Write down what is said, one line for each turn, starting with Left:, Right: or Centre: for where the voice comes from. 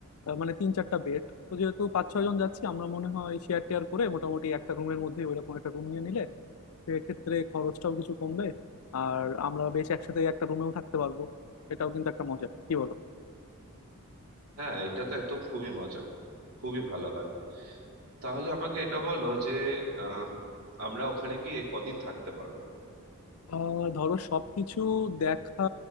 Left: আহ, মানে তিন চারটা বেড তো যেহেতু পাঁচ ছয় জন যাচ্ছি আমরা মনে হয় শেয়ার টেয়ার করে মোটামুটি একটা রুমের মধ্যে ওইরকম একটা রুম নিয়ে নিলে সেক্ষেত্রে খরচটাও কিছু কমবে আর আমরা বেশ একসাথে একটা রুমেও থাকতে পারবো এটাও কিন্তু একটা মজা কি বলো
Right: হ্যাঁ এটা তো একদম খুবই মজা খুবই ভালো হয় তাহলে আমাকে এটা বলো যে আম, আমরা ওখানে গিয়ে কদিন থাকতে পারবো
Left: আহ ধরো সবকিছু দেখা